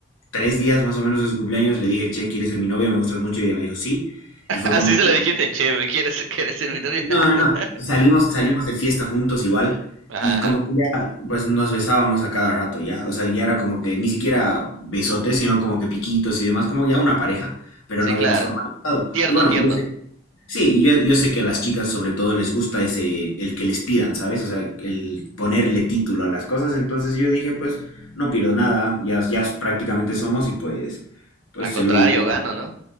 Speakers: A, on the left (about 80°); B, on the right (about 75°).
A: tres días más o menos de su cumpleaños le dije, che, ¿quieres ser mi novia? Me gustas mucho y ella me dijo, sí.
B: <laughs>
A: Y fue
B: Así
A: como
B: se
A: que...
B: lo dijiste, che, ¿me ¿quieres, quieres ser mi novia?
A: No,
B: <laughs>
A: no, salimos, salimos de fiesta juntos igual
B: Ajá,
A: y
B: ajá.
A: como que ya, pues nos besábamos a cada rato ya, o sea, ya era como que ni siquiera besotes, sino como que piquitos y demás, como ya una pareja, pero
B: Sí,
A: no habíamos
B: claro.
A: formalizado.
B: Tierno,
A: Y bueno,
B: tierno.
A: yo sé, sí, yo, yo sé que a las chicas sobre todo les gusta ese, el que les pidan, ¿sabes? O sea, el ponerle título a las cosas, entonces yo dije, pues no pierdo nada, ya, ya prácticamente somos y pues, pues
B: Al contrario,
A: se lo digo
B: gano, ¿no?